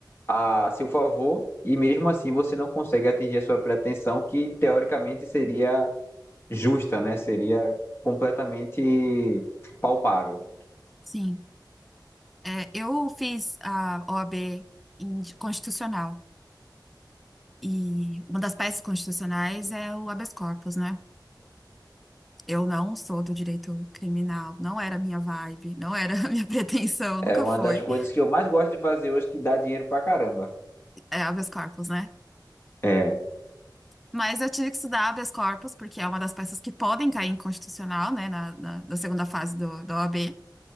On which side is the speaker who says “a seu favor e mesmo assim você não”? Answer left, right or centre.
Left